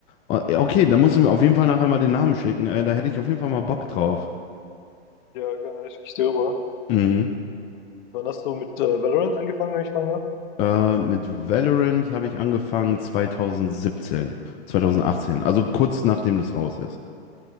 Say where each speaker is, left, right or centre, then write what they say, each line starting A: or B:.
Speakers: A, on the left; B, on the left.
A: O- Okay, dann musst du mir auf jeden Fall nachher mal den Namen schicken. Äh, da hätte ich auf jeden Fall mal Bock drauf.
B: Ja, genau. schicke ich dir rüber.
A: Mhm.
B: Wann hast du mit äh, Valorant angefangen, wenn ich fragen darf?
A: Äh, mit Valorant habe ich angefangen 2017, 2018, also kurz nachdem das raus ist.